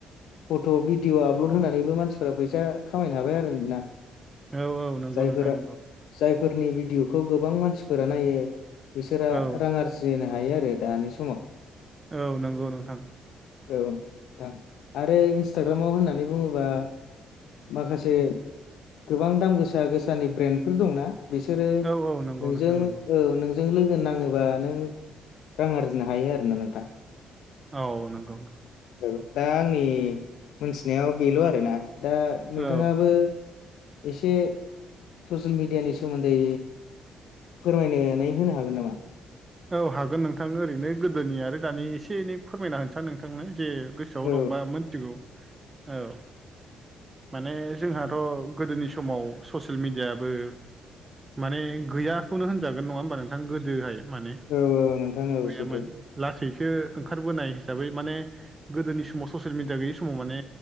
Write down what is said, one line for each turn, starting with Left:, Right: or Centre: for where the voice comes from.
Left: फट' भिडिअ आपल'ड होनानैबो मानसिफ्रा फैसा खामायनो हाबाय आरो नोना
Right: औ औ नंगौ
Left: जायफोरा
Right: नोंथां नंगौ
Left: जायफोरनि भिडिअ'खौ गोबां मानसिफोरा नायो बिसोरा
Right: औ
Left: रां आरजि हायो आरो दानि समाव
Right: औ नंगौ नोंथां।
Left: औ नोंथां आरो इन्सटाग्रामाव होननानै बुङोबा माखासे गोबां दाम गोसा गोसानि ब्रेन्डफोर दंना बिसोरो
Right: औ औ नंगौ
Left: नोंजों
Right: नोंथां नंगौ
Left: औ नों जों लोगो नाङोबा नों रां आरजिनो हायो आरोना नोंथां।
Right: औ नंगौ।
Left: औ दा आंनि मोनथिनायाव बेल' आरोना दा नोंथाङाबो।
Right: औ
Left: एसे ससियेल मिडियानि सोमोन्दै फोरमायनानै होनो हागोन नामा?
Right: औ हागोन नोंथां ओरैनो गोदोनि आरो दानि एसे एनै फोरमायना होनसां नोंथांनो जे गोसोआव
Left: औ
Right: दंबा मिथिगौ औ माने जोंहाथ गोदोनि समाव ससियेल मिडियाबो माने गैयाखौनो होनजागोन नङा होमबा नोंथां गोदोहाय माने
Left: औ औ नोंथां औ
Right: गैयामोन
Left: सैथो
Right: लासैसो ओंखारबोनाय हिसाबै माने गोदोनि समाव ससियेल मिडिया गैयि समाव माने